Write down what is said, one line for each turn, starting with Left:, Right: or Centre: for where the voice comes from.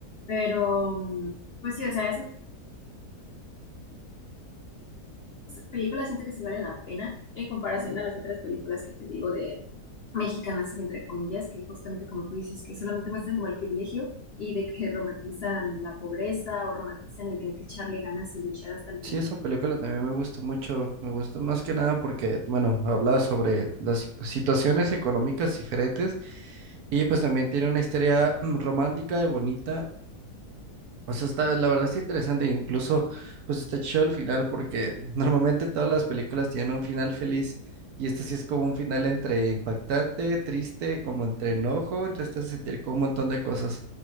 Left: Pero, mm, pues sí, o sea, es películas siento que sí valen la pena en comparación a las otras películas que te digo de mexicanas, entre comillas, que justamente como tú dices, que solamente muestran como el privilegio y de que romantizan la pobreza o romantizan el tener que echarle ganas y luchar hasta el final.
Right: Sí, esa película también me gusta mucho, me gusta más que nada porque, bueno, habla sobre las situaciones económicas diferentes y pues también tiene una historia mm, romántica y bonita O sea, está, la verdad es interesante, incluso pues está chido el final porque <laughs> normalmente todas las películas tienen un final feliz y este sí es como un final entre impactante, triste, como entre enojo, entonces te hace sentir como un montón de cosas.